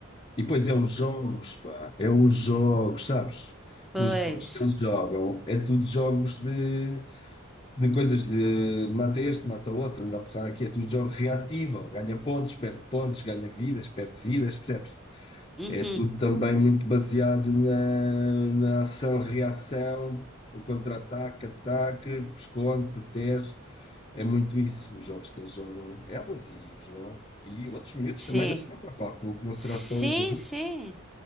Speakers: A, on the left; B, in the centre.
A: E depois é os jogos, pá, é os jogos, sabes?
B: Pois.
A: Os jogos que eles jogam é tudo jogos de, de coisas de mata este, mata outro, anda a porrada aqui, é tudo jogo reativo, ganha pontos, perde pontos, ganha vidas, perde vidas, percebes?
B: Uhum.
A: É tudo também muito baseado na, na ação-reação, o contra-ataque, ataque, esconde, protege. É muito isso, os jogos que eles jogam, elas e o João, e outros miúdos
B: Sim.
A: também na escola. Calculo que não será
B: Sim,
A: só o João.
B: sim.